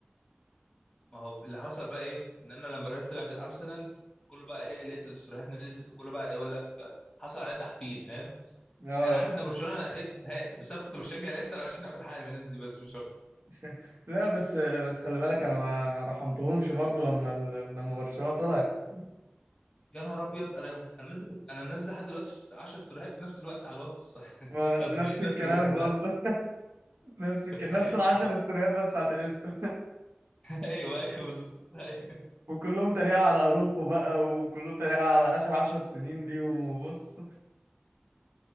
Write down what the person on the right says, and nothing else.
اه
<laughs> لا بس بس خلي بالك انا ما ما رحمتهمش برضو لما ال- لما برشلونه طلع <laughs>
ما
أنا نفس
الكلام
برضه
نفس
الك... نفس العشر استوريات بس على الانستا
وكلهم تريقة على اروخو بقى وكلهم تريقة على اخر عشر سنين ليهم وبص